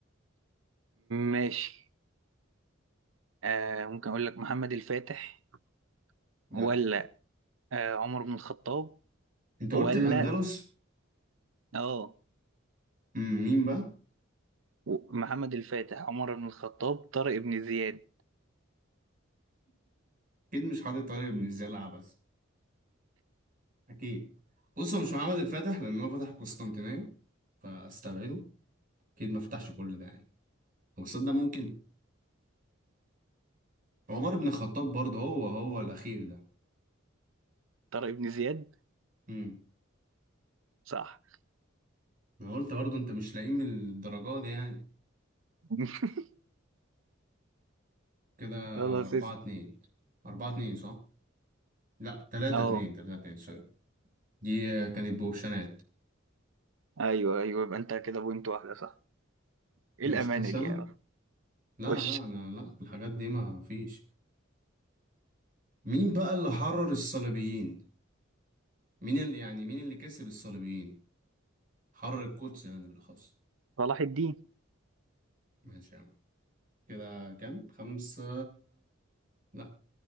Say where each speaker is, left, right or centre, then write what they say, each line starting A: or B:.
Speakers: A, on the right; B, on the right.
A: ماشي آه ممكن أقول لك محمد الفاتح
B: لا
A: ولا آه عمر بن الخطاب
B: انت
A: ولا
B: قلت الأندلس
A: اه
B: مم، مين بقى
A: و- محمد الفاتح عمر بن الخطاب طارق بن زياد
B: اكيد مش حاطط طارق بن زياد عبس اكيد بص هو مش محمد الفاتح لأن هو فتح القسطنطينية فاستبعده اكيد ما فتحش كل ده يعني هو صدق ممكن عمر بن الخطاب برضه هو هو الأخير ده
A: طارق بن زياد
B: امم
A: صح
B: أنا قلت برضه أنت مش لاقيه من الدرجة دي يعني
A: <laughs>
B: كده
A: خلاص
B: أربعة
A: اسأل.
B: اتنين أربعة اتنين صح؟ لا تلاتة
A: اه
B: اتنين تلاتة اتنين سوري دي كانت بوبشنات
A: ايوه ايوه يبقى انت كده بوينت واحدة صح ايه
B: ماشي
A: الأمانة
B: أخش
A: دي
B: أنا؟
A: يا رب
B: لا
A: وش
B: لا أنا لا الحاجات دي ما فيش مين بقى اللي حرر الصليبيين؟ مين اللي يعني مين اللي كسب الصليبيين؟ حرر القدس يعني بالأخص
A: صلاح الدين
B: ماشي يا عم كده كام؟ خمسة لا